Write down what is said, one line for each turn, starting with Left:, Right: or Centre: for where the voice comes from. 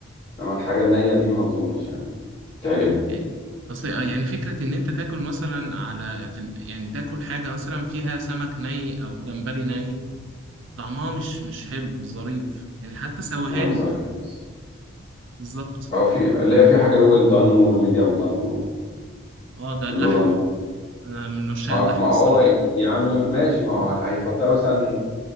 Left: إنما الحاجة النية دي ما أظنش يعني تعجبني
Right: يعني اصل يعني فكره ان انت تاكل مثلا على في ال- يعني تاكل حاجه مثلا فيها سمك ني او جمبري ني طعمها مش مش حلو مش ظريف يعني حتى سويها
Left: نعم
Right: لي
Left: ظريف خالص
Right: بالظبط
Left: اه في اللي هي في حاجة الويل دان والميديوم دان
Right: اه ده
Left: واللو
Right: اللحمه
Left: دان
Right: انا من عشاق
Left: ما
Right: اللحمه
Left: ما هو
Right: الصراحه
Left: يا عم ماشي ما هو هيحطها مثلا